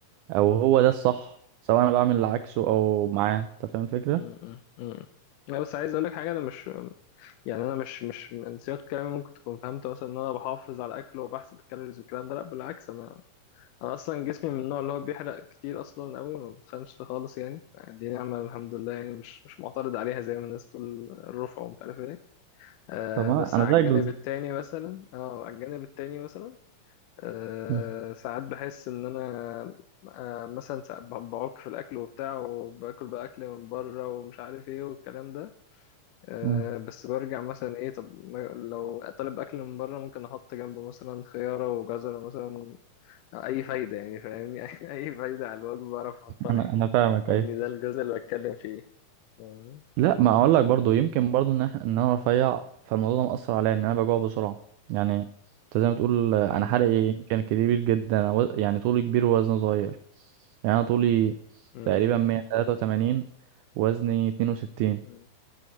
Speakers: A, on the right; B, on the left.
A: او
B: مم،
A: هو ده الصح سواء انا بعمل اللي
B: مم،
A: عكسه او معاه انت فاهم الفكره
B: مم، مم، مم. لا بس عايز أقولك حاجة أنا مش يعني أنا مش مش من سياق كلامي ممكن تكون فهمت مثلا إن أنا بحافظ على أكل وبحسب الكالوريز والكلام ده لأ بالعكس أنا انا اصلا جسمي من النوع اللي هو بيحرق كتير اصلا قوي ما بتخنش خالص يعني دي نعمه الحمد لله يعني مش مش معترض عليها زي ما الناس بتقول الرفع ومش عارف ايه آه
A: طب انا
B: بس
A: انا
B: على
A: زيك
B: الجانب
A: بالظبط
B: التاني مثلا اه على الجانب التاني مثلا آه
A: مم.
B: ساعات بحس ان انا آه مثلا ساعات ب- بعك في الاكل وبتاع وباكل بقى اكل من بره ومش عارف ايه والكلام ده آه
A: مم.
B: بس برجع مثلا ايه طب ما- لو طالب اكل من بره ممكن احط جنبه مثلا خياره وجزره مثلا اي فايده يعني فاهمني <laughs> اي فايده على الوجه بعرف احطها
A: انا
B: يعني
A: انا فاهمك
B: فاهمني
A: ايوه
B: ده الجزء اللي بتكلم فيه فاهمني؟
A: لا ما اقول لك برضو يمكن برضو ان إح- ان انا رفيع فالموضوع ده مأثر عليا ان انا بجوع بسرعه يعني انت زي ما تقول آه،
B: مم.
A: انا حرقي إيه؟ يمكن كبير جدا أنا وز- يعني طولي كبير ووزني صغير يعني انا طولي
B: مم.
A: تقريبا 183 وزني 62
B: مم.